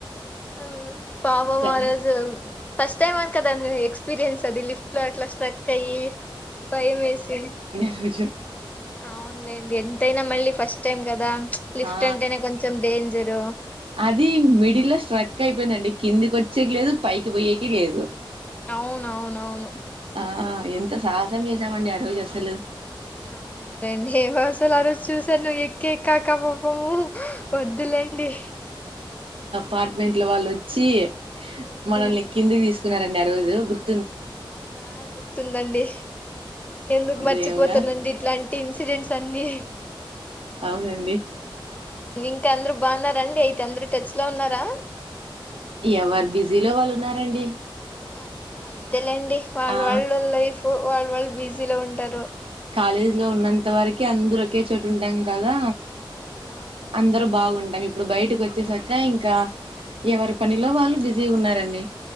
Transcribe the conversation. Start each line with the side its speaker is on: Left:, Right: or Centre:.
Left: ఆ పాపం
Right: చా
Left: ఆ రోజు. ఫస్ట్ టైమ్ అవున్ కదండి మీ ఎక్స్పీరియన్స్. అది లిఫ్ట్ లో అట్లా స్ట్రక్ అయ్యీ భయం వేసిం
Right: నిజం
Left: అవునులేండి ఎంత్ తైనా మళ్ళీ ఫస్ట్ టైం కదా. లిఫ్ట్
Right: ఆ
Left: అంటేనే కొంచెం డేంజరు
Right: అదీ మిడిల్ లో స్ట్రక్ అయిపోయిందండి. కిందికి వచ్చేకీ లేదు పైకి పోయేకీ లేదు.
Left: అవునవును అవును.
Right: ఆ ఎంత సాహసం చేసామండి ఆ రోజు అసలు.
Left: అవునులెండి. ఏమో అసలు ఆ రోజు చూసాను ఎక్ కే కాక పాపము వద్దులేండి
Right: పార్ట్మెంట్ల వాళ్ళు వచ్చి
Left: ఉమ్,
Right: మనం లెక్కింది తీసు ఉన్నారండి ఆ రోజు గుర్
Left: అదే ఆ గుర్ గుర్తుందండి ఎందుకు మర్చిపోతనండి
Right: దేవుడా
Left: ఇట్లాంటి ఇన్సిడెంట్స్ అన్ని
Right: అవునండి
Left: ఇంకా అందరు బాగున్నరండి అయితే అందరు టచ్ లో ఉన్నారా
Right: ఎవరు బిజీలో వాళ్ళు ఉన్నారండి
Left: అట్లా అంతే లెండి వాళ్ళు
Right: ఆ
Left: వాళ్ళు లా లైఫ్ వాళ్ళు వాళ్ళు బిజీలో ఉంటారు
Right: కాలేజీ లో ఉన్నంత వరక్ కి అందరు ఒకే చోటు ఉంటాం గదా
Left: అవును
Right: అందరు బాగుంన్ అవి ఇప్పుడు బయటకి వచ్చేసరిక ఇంకా ఎవరి పనిలో వాళ్ళు బిజీ ఉన్నారండి